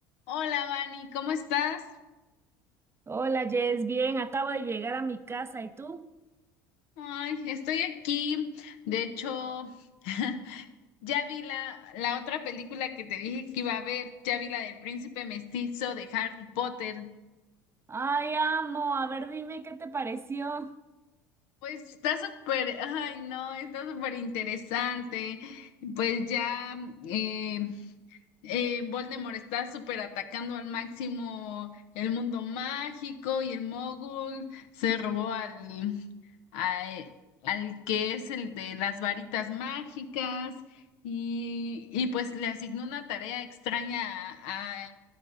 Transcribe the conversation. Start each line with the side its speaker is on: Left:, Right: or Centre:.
Left: Hola, Vani, ¿cómo estás?
Right: Hola Jess, bien, acabo de llegar a mi casa, ¿y tú?
Left: Ay, estoy aquí. De hecho, <laughs> ya vi la, la otra película que te dije que iba a ver. Ya vi la del Príncipe Mestizo de Harry Potter.
Right: Ay, amo. A ver, dime qué te pareció.
Left: Pues está súper, ay, no, está súper interesante. Pues ya, eh, eh, Voldemort está súper atacando al máximo el mundo mágico y el mogul se robó al, al, al que es el de las varitas mágicas y, y pues le asignó una tarea extraña a, a